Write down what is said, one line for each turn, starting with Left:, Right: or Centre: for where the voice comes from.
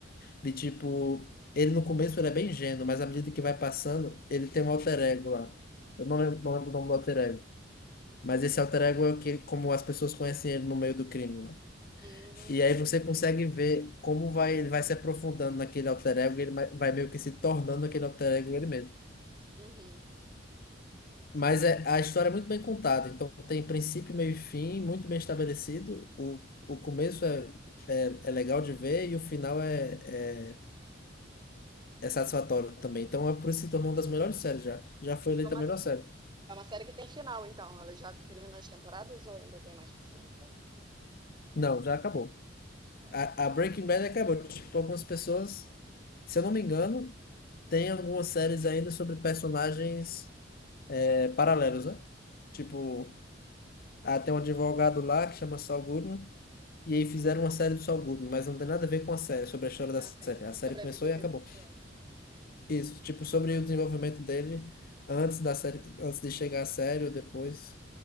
Left: De tipo, ele no começo ele é bem ingênuo, mas à medida que vai passando, ele tem um alter ego lá. Eu não lembro, não lembro o nome do alter ego. Mas esse alter ego é o que, como as pessoas conhecem ele no meio do crime lá.
Right: Hum,
Left: E aí você consegue ver como vai, ele vai se aprofundando naquele alter ego, e ele vai vai meio que se tornando aquele alter ego ele mesmo.
Right: uhum.
Left: Mas
Right: Interessante.
Left: é, a história é muito bem contada, então tem princípio, meio e fim, muito bem estabelecido. O, o começo é, é, é legal de ver e o final é, é é satisfatório também. Então, é por isso que se tornou uma das melhores séries já. Já foi eleita
Right: É uma,
Left: a melhor série.
Right: é uma série que tem final, então. Ela já terminou as temporadas ou ainda tem mais pra ser lançada?
Left: Não, já acabou.
Right: Ah,
Left: A,
Right: já acabou.
Left: a Breaking Bad acabou. Tipo, algumas pessoas, se eu não me engano, tem algumas séries ainda sobre personagens é, paralelos, né? Tipo, ah, tem um advogado lá que chama Saul Goodman. E aí fizeram uma série do Saul Goodman, mas não tem nada a ver com a série, sobre a história da
Right: Ah,
Left: série.
Right: sim.
Left: A
Right: É
Left: série
Right: sobre
Left: começou
Right: a vida
Left: e
Right: dele,
Left: acabou.
Right: pessoal.
Left: Isso, tipo, sobre o desenvolvimento dele antes da série, antes de chegar à série ou depois.